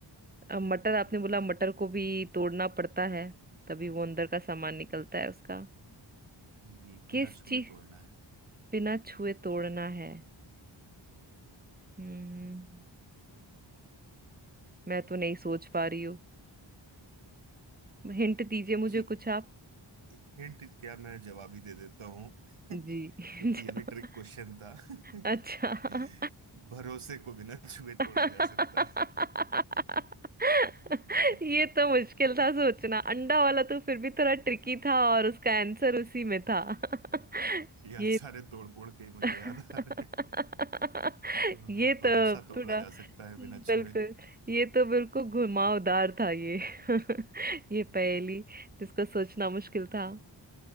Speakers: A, on the right; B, on the right.
A: अब मटर आपने बोला मटर को भी तोड़ना पड़ता है तभी वो अंदर का सामान निकलता है उसका
B: जी बिना
A: किस
B: छुए
A: चीज
B: तोड़ना है
A: बिना छुए तोड़ना है हम्म मैं तो नहीं सोच पा रही हूँ हिंट दीजिए मुझे
B: जी
A: कुछ आप
B: हिंट क्या मैं जवाब ही दे देता हूँ <laughs>
A: जी <laughs>
B: क्योंकि
A: जो-
B: ये भी ट्रिक क्वेश्चन था <laughs>
A: अच्छा
B: भरोसे को बिना छुए
A: <laughs>
B: तोड़ा जा सकता है <laughs>
A: ये तो मुश्किल था सोचना अंडा वाला तो फिर भी थोड़ा ट्रिकी था और उसका आंसर उसी में था <laughs>
B: जी आप
A: ये
B: सारे तोड़फोड़ के ही मुझे
A: <laughs>
B: याद आ रहे हैं तो
A: ये
B: भरोसा
A: तो
B: तोड़ा
A: थोड़ा
B: जा सकता है बिना
A: बिल्कुल
B: छुए
A: ये तो बिल्कुल घुमावदार था ये <laughs>
B: हम्म,
A: ये पहेली जिसको सोचना मुश्किल था